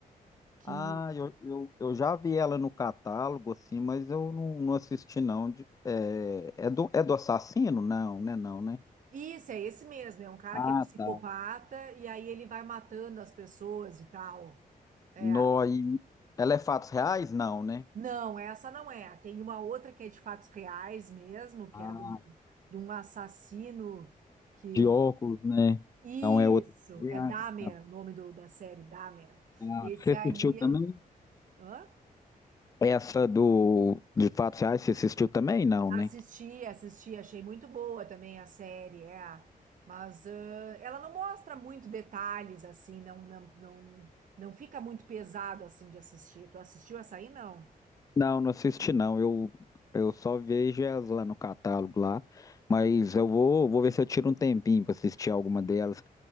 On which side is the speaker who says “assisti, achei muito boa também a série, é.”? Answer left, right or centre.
Right